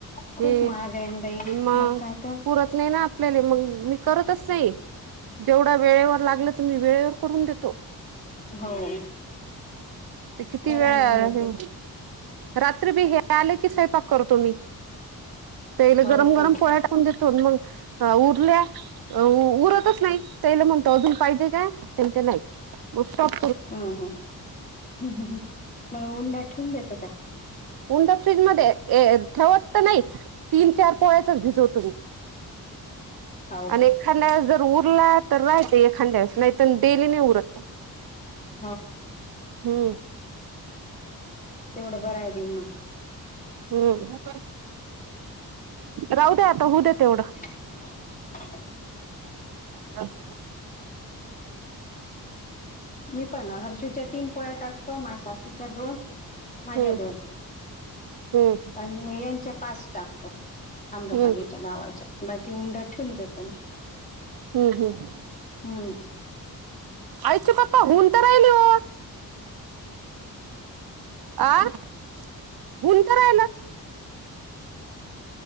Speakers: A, on the left; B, on the right.
A: खूप
B: हे
A: महाग आहे ना बाई
B: मग
A: काय तर
B: पुरत नाही ना आपल्या मग मी करतच नाही जेवढा वेळेवर लागलं तर मी वेळेवर करून देतो.
A: हो
B: ते किती
A: बरं
B: वेळा
A: ना
B: आहे
A: ते
B: मग? रात्री भी हे आले की स्वयंपाक करतो मी त्याला
A: हो
B: गरम
A: का
B: गरम पोळ्या टाक कुन देतो मग आ उरल्या. अ उ उरतच नाही त्याला म्हणतो अजून पाहिजे काय ते म्हणते नाही. उत्सात
A: हम्म हम्म मग ऊंडा ठेवून देतं का?
B: उंडा फ्रीजमध्ये आहे. अ ठेवत पण नाही तीन-चार पोळ्याचच भिजवतो मी.
A: हो
B: आणि
A: का
B: एखांद्या वेळेस जर उरला तर राहाते एखांद्या वेळेस नाहीतर डेली नाही उरत.
A: ह्म
B: हम्म.
A: तेवढं बरं आहे‌ दिमाग.
B: हम्म राहू द्या आता होऊ द्या तेवढं.
A: <unintelligible>
B: रात्री पुत
A: मी पण हर्षीच्या तीन पोळ्या टाकतो माय सासूच्या दोन माझ्या
B: हम्म
A: दोन
B: हम्म
A: आणि यांच्या पाच टाकतो. आम्रपालीच्या
B: हम्म
A: भावाच्या बाकी उंडा ठेवून देतो.
B: हम्म हम्म.
A: हम्म.
B: आयूष चे पप्पा हूऊन तरायली हो. आ होऊन तरायला.